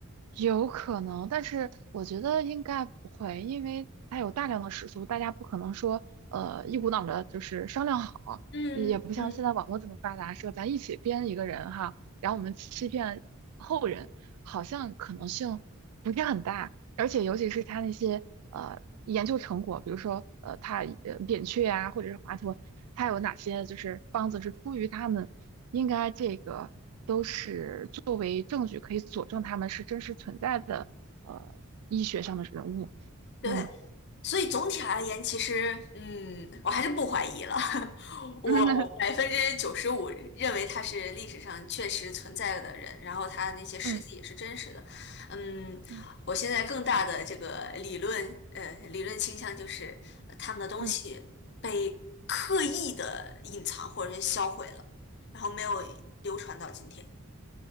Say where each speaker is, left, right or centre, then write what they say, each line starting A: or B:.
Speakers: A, on the right; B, on the left.
A: 有可能，但是我觉得应该不会，因为它有大量的史书，大家不可能说呃一股脑的就是商量好，
B: 嗯嗯，
A: 也不像现在网络这么发达，说咱一起编一个人哈，然后我们欺骗后人，好像可能性不是很大。而且尤其是他那些呃研究成果，比如说呃他呃扁鹊啊，或者是华佗，他有哪些就是方子是出于他们，应该这个都是作为证据可以佐证他们是真实存在的呃医学上的人物。
B: 对，
A: 嗯
B: 所以总体而言，其实嗯，我还是不怀疑了。<laughs> 我百分之九十五认为他是历史上确实存在的人，
A: <laughs> 嗯
B: 然后他的那些事迹也是真实的。
A: 嗯
B: 嗯，
A: 嗯
B: 我现在更大的这个理论呃理论倾向就是呃他们的东西被刻意的隐藏或者是销毁了，
A: 嗯。
B: 然后没有流传到今天。